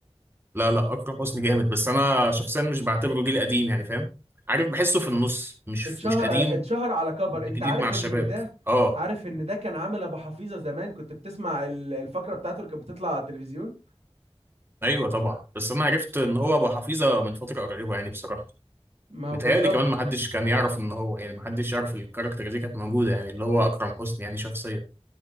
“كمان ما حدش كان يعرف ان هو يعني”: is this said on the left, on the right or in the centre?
Right